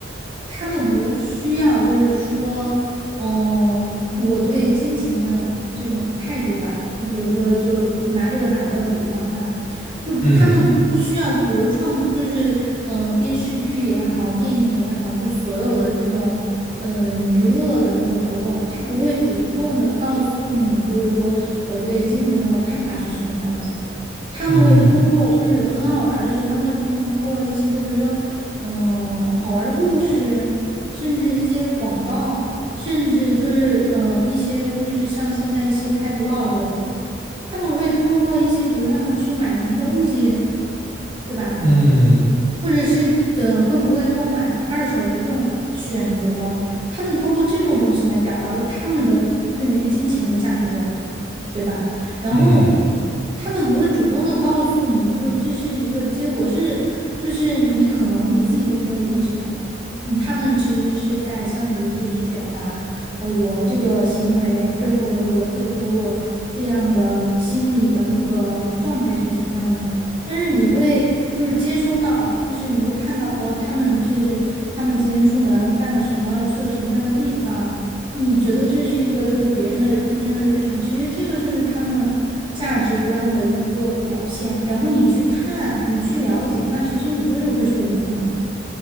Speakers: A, on the right; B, on the left.
A: 他们不需要，就是说，嗯、我对金钱的这种态度吧，就比如说，就是拿这个打个比方哈，就他们不需要，
B: 嗯
A: 就比如创，就是嗯、呃电视剧也好，电影也好，就所有的这种嗯、呃娱乐的这种活动，他不会主动的告诉你，就是说我对金钱的看法是什么样子的。他们会通过，
B: 嗯
A: 就是很好玩儿的是，他们会通过一些，就比如说，嗯、好玩儿的故事，甚至一些广告，甚至就是，嗯，一些就是像现在一些拍 vlog 的，他们会通过一些，比如他们去买什么东西，对吧？
B: 嗯
A: 或者是，嗯、会不会购买二手的这种选择，他们通过这种东西来表达了他们的对于金钱的价值观。对吧？然后
B: 嗯
A: 他们不会主动的告诉你，就是这是一个结果，甚至就是你可能你自己都没有意识到，嗯他们其实是在向你就是表达，哦，我这个行为背后的逻辑和我这样的心理的那个状态是什么样子的。但是你会就是接收到，就是你会看到，哦，他们就是他们今天出门干了什么，去了什么样的地方。你觉得这是一个就是别人的一天的日常，其实这个就是他们价值观的一个表现。然后你去看，你去了解，那其实你就是会受影响的。